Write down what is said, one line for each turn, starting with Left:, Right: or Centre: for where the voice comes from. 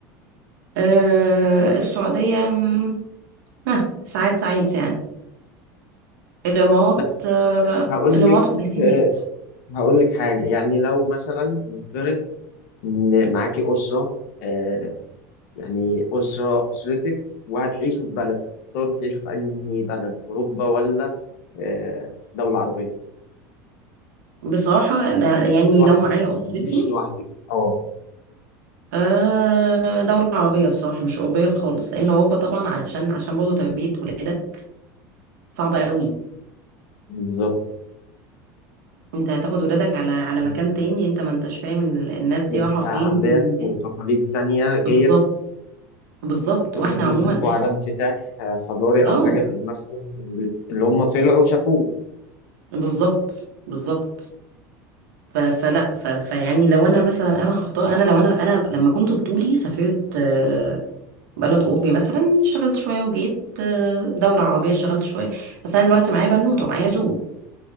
Right: آه السعوديه مم، ها ساعات ساعات يعني الامارات
Left: بس
Right: آه
Left: هقول
Right: الامارات
Left: لك
Right: كويسين
Left: آه،
Right: جدا
Left: هقول لك حاجة يعني لو مثلا نفترض إن معاكي أسرة آه، يعني أسرة أسرتك وهتعيشوا في بلد تختاروا تعيشوا في أنهي بلد أوروبا ولا آه، دولة عربية
Right: بصراحه أنا يعني
Left: مش لوحدك
Right: لو معايا
Left: يعني
Right: اسرتي
Left: مش لوحدك أه
Right: آه دولة عربية بصراحة مش أوروبية خالص لأن أوروبا طبعا عشان عشان برضه تربية ولادك صعبة قوي
Left: بالظبط
Right: انت هتاخد ولادك على على
Left: يعني
Right: مكان تاني انت ما انتش فاهم ال- الناس دي
Left: بيبقى
Right: رايحه فين
Left: عادات
Right: ومنين
Left: وتقاليد
Right: جاية.
Left: تانية غير
Right: بالظبط بالظبط
Left: فممكن
Right: واحنا عموما
Left: يتربوا
Right: احنا
Left: على انفتاح آه، حضاري
Right: اه
Left: أو حاجة في دماغهم اللي اللي هم طلعوا شافوه
Right: بالظبط بالظبط ف... فلا ف... فيعني لو انا مثلا انا هختار انا لو انا انا لما كنت بطولي سافرت آه، بلد اوروبي مثلا اشتغلت شويه وجيت آه، دولة عربية اشتغلت شوية بس أنا دلوقتي معايا بنوتة ومعايا زوج